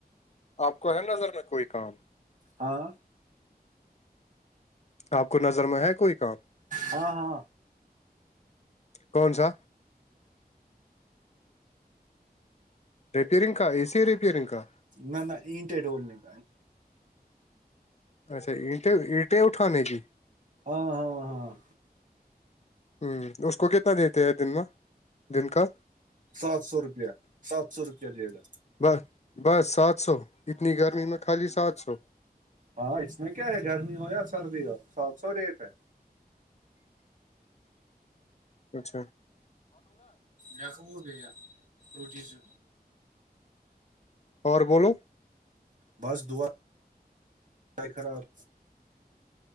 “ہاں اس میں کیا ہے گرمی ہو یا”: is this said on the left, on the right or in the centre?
Right